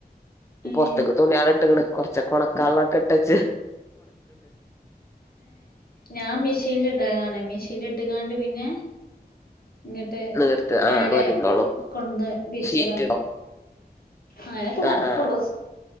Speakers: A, on the left; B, on the left.
A: ഏഹ്
B: പുറത്തൊക്കെ തുണികള് ഇട്ടക്ക്ണ് കൊറച്ചക്ക ഒണക്കാള്ളൊക്കെ ഇട്ടച്ച്
A: ഞാ മിഷൽ ഇടലണ് മിശീൽ ഇട്ടുകാണ്ട് പിന്നെ ഇങ്ങിട്ട്
B: നീർത്ത്
A: മേലെ
B: ആ തോരിന്നോളൂ
A: കൊട്ന്ന് വിരിച്ചലാണ്
B: ഷീറ്റിടോ
A: അങ്ങനെക്കെ നടക്കള്ളൂ
B: ആ ആ